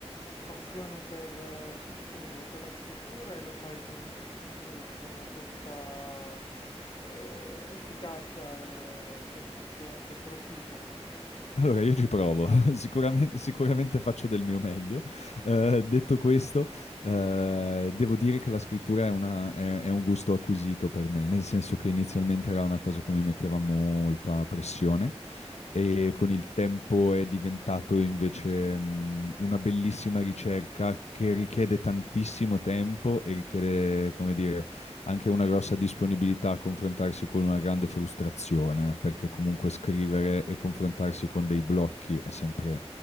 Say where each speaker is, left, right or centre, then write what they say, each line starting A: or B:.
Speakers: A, on the left; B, on the left.
A: passione per, eh, come dire, per la scrittura e lo fai con un, s- come dire, con una certa eh, efficacia e sei, sei anche proficuo,
B: Allora, io ci
A: apprezzato.
B: provo, <laughs> sicuramente, sicuramente faccio del mio meglio. Eh, detto questo, eh, devo dire che la scrittura è, una- è- è un gusto acquisito per me, nel senso che inizialmente era una cosa che mi metteva molta pressione e con il tempo è diventato invece, mh, una bellissima ricerca che richiede tantissimo tempo e richiede, come dire, anche una grossa disponibilità a confrontarsi con una grande frustrazione, perché comunque scrivere e confrontarsi con dei blocchi è sempre,